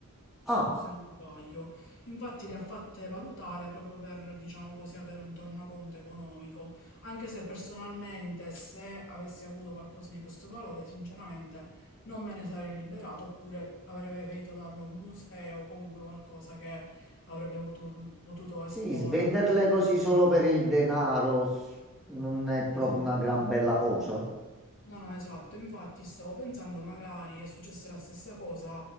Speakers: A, on the left; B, in the centre.
A: se
B: Ah.
A: se non sbaglio. Infatti le ha fatte valutare proprio per, diciamo così, avere un tornaconto economico, anche se personalmente se avessi avuto qualcosa di questo valore, sinceramente non me ne sarei liberato, oppure avrei preferito darlo a un museo o comunque qualcosa che avrebbe potu- potuto esporlo.
B: Sì, svenderle così solo per il denaro s- non è proprio
A: Esatto.
B: una gran bella cosa.
A: No, no, esatto, infatti stavo pensando magari è successa la stessa cosa